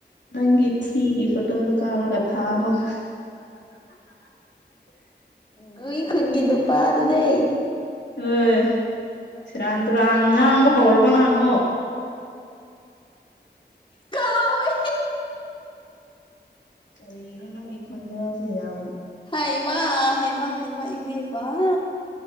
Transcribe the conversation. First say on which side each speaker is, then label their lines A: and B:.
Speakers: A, on the left; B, on the left.
A: ꯅꯪꯒꯤ ꯊꯤꯒꯤ ꯐꯣꯇꯣꯗꯣ ꯀꯥꯞꯔꯒ ꯊꯥꯔꯣ <inaudible>
B: ꯒꯨꯏ ꯈꯨꯟꯒꯤ ꯅꯨꯄꯥꯗꯨꯗꯩ
A: ꯑꯣ ꯁꯤꯔꯥꯟꯇꯔ ꯑꯉꯉꯥꯡꯪꯕꯣ ꯍꯔꯃꯅꯪꯕꯣ
B: ꯀꯥꯎꯋꯋꯦ
A: ꯀꯔꯤꯅꯣ ꯅꯪꯒꯤ ꯈꯣꯟꯖꯕ ꯌꯥꯝꯌꯥꯝ
B: ꯍ ꯍꯩꯃ ꯍꯦꯃ ꯍꯦꯃ ꯏꯕꯕ